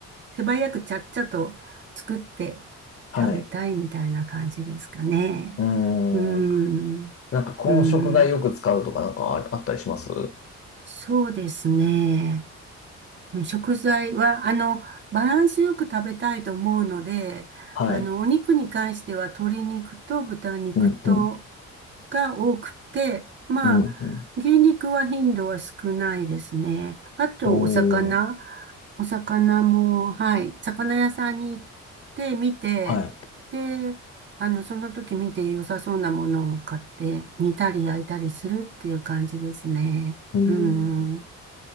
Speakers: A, on the right; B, on the left.
A: 手早くちゃっちゃと作って
B: はい。
A: 食べたいみたいな感じですかね。
B: うーん。
A: うーん、
B: なんか、この食材よく使うとか、
A: うーん、
B: なんかあ、あったりします
A: そうですね。食材は、あの、バランスよく食べたいと思うので、
B: はい。
A: あの、お肉に関しては鶏肉と豚肉と
B: うん、うん、
A: が多くて、まあ、
B: うん、うん。
A: 牛肉は頻度は少ないですね。あと、
B: お
A: お魚。
B: ー、
A: お魚も、はい、魚屋さんに行って見て、
B: はい。
A: で、あの、その時見て良さそうなものを買って、煮たり焼いたりするっていう感じですね。
B: うん、
A: うん、